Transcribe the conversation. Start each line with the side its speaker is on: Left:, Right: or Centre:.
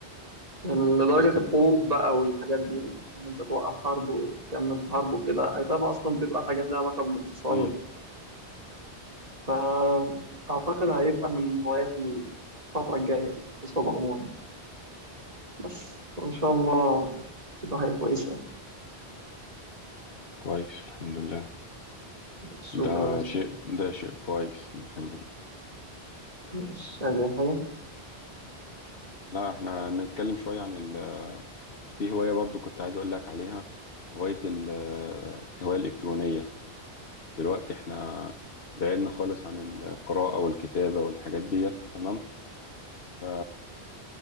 Right: لدرجة
Left: عليك.
Right: الحروب بقى والحاجات دي وإن أنت توقف حرب وتكمل في حرب وكده أي طبعا أصلا بتبقى حاجات لها علاقة بالاقتصاد
Left: مم.
Right: يعني فأعتقد هيبقى من هواياتي الفترة الجاية الاقتصاد عموما بس وإن شاء الله تبقى حاجة كويسة يعني.
Left: كويس الحمد لله
Right: شكرا
Left: ده
Right: يا صديقي
Left: شيء ده شيء كويس الله يخليك
Right: مش عايز أي حاجة
Left: لا احنا نتكلم شوية عن ال... في هواية برضو كنت عايز اقول لك عليها هواية ال... الهواية الإلكترونية دلوقتي احنا بعدنا خالص عن القراءة والكتابة والحاجات ديت تمام ف...